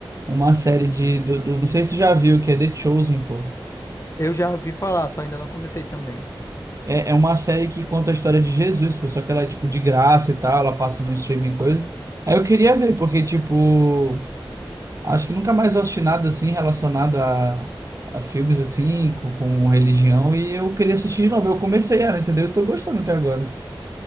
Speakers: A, on the right (about 40°); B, on the left (about 35°).
A: Uma série de.
B: Uhum.
A: Do, do- não sei se tu já viu, que é The Chosen, pô.
B: Eu já vi falar, só ainda não comecei também.
A: É, é uma série que conta a história de Jesus, pô. Só que ela é, tipo, de graça e tal. Ela passa no streaming e coisa. Aí eu queria ver, porque, tipo. Acho que nunca mais eu assisti nada assim relacionado a, a filmes assim, com, com religião. E eu queria assistir de novo. Eu comecei ela, entendeu? Eu tô gostando até agora.